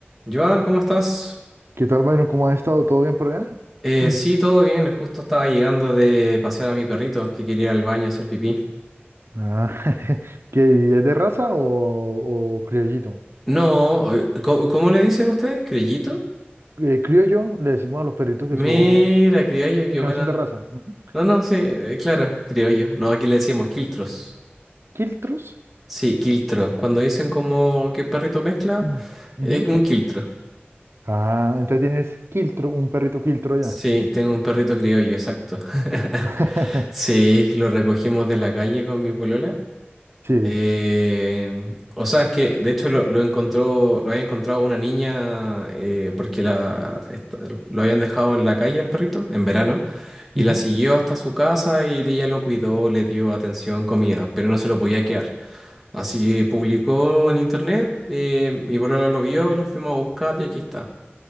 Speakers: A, in the centre; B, on the right (about 75°).
A: Joan, ¿cómo estás?
B: ¿Qué tal, Byron? ¿Cómo has estado? ¿Todo bien por allá?
A: Eh,
B: <clears throat>
A: sí, todo bien. Justo estaba llegando de pasear a mi perrito que quería ir al baño a hacer pipí.
B: Ah, <laughs> ¿qué, es de raza o, o criollito?
A: No, eh, co- ¿cómo, le dicen ustedes? ¿Criollito?
B: Eh, criollo le decimos a los perritos
A: Mira,
B: que son,
A: criollo, qué
B: que
A: buena.
B: no son de raza. Ujú.
A: No, no, sí, eh, claro, criollo. No, aquí le decíamos quiltros.
B: ¿Quiltros?
A: Sí, quiltro. Cuando dicen como que perrito mezcla,
B: <clears throat> Mm. Ujú.
A: es un quiltro.
B: Ah, entonces tienes quiltro, un perrito quiltro
A: Sí,
B: ya.
A: tengo un perrito criollo, exacto. <laughs>
B: <laughs>
A: Sí, lo recogimos de la calle con mi polola.
B: Sí.
A: Eh, o sea, es que de hecho lo, lo encontró, lo había encontrado una niña eh, porque la, est- lo habían dejado en la calle al perrito en verano y
B: Ujú.
A: la siguió hasta su casa y ella lo cuidó, le dio atención, comida, pero no se lo podía quedar. Así que publicó en internet, eh, mi polola lo vio, lo fuimos a buscar y aquí está,